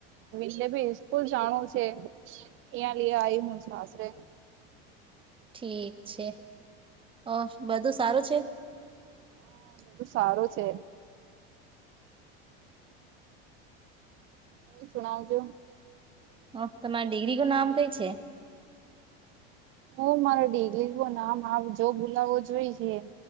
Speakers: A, on the right; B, on the right.
A: વિલે ભી સ્કૂલ જાણું છે. એયા લ આઈ હું સાસરે.
B: ઠીક છે અ બધું સારું છે.
A: હા બધું સારું છે. હું શણઉ છું.
B: ઓ તમારી ડિગ્રી નું નામ કઈ છે.
A: હું મારા ઢગલી નામ આપ જો બોલાવો જોઈ છે.